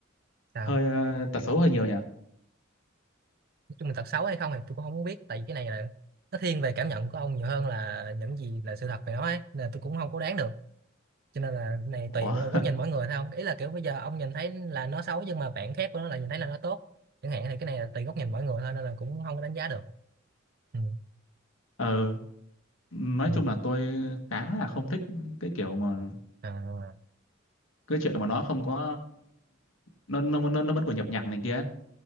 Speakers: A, on the right; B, on the left.
A: sao
B: hơi ờ, tật xấu hơi nhiều nhỉ
A: nói chung là thật xấu hay không thì tôi cũng không muốn biết tại vì cái này là nó thiên về cảm nhận của ông nhiều hơn là những gì là sự thật về nó ấy nên là tôi cũng không có đoán được cho nên là cái này tùy
B: ủa
A: vào góc nhìn
B: <laughs>
A: mỗi người thôi không ý là kiểu bây giờ ông nhìn thấy là nó xấu nhưng mà bạn khác của nó là nhìn thấy là nó tốt chẳng hạn thì cái này là tùy góc nhìn mỗi người thôi nên là cũng không có đánh giá được ừ.
B: ờ nói
A: Ừ.
B: chung là tôi khá là không thích cái kiểu mà
A: À,
B: cái chuyện mà nó không có nó nó nó, nó vẫn còn nhập nhằng này kia